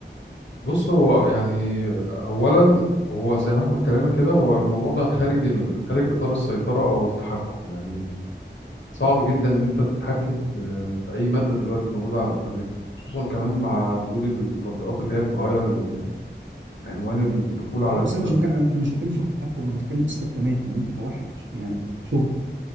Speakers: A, on the left; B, on the right.
A: بص هو يعني اولا هو زي ما احنا اتكلمنا كده هو الموضوع ده خارج ال... خارج اطار السيطرة او التحكم يعني صعب جدا ان انت تتحكم في في اي مادة دلوقتي موجودة على الانترنت خصوصا كمان مع وجود التطبيقات اللي هي بتغير ال- عنوان الدخول على
B: لا
A: الانترنت
B: بس انا مش بتكلم انا مش بتكلم في التحكم انا بتكلم استخدامات يعني انت كواحد يعني شغلك